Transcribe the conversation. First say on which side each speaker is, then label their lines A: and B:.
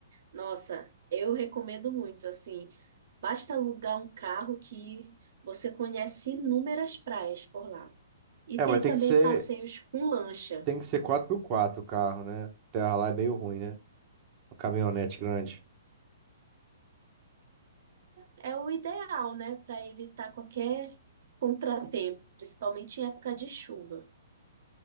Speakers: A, on the right (about 60°); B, on the right (about 25°).
A: Nossa, eu recomendo muito, assim, basta alugar um carro que você conhece inúmeras praias por lá. E
B: É,
A: tem
B: mas tem
A: também
B: que ser,
A: passeios com lancha.
B: tem que ser quatro por quatro o carro, né? Terra lá é meio ruim, né? Caminhonete grande.
A: É, é o ideal, né, para evitar qualquer contratempo, principalmente em época de chuva.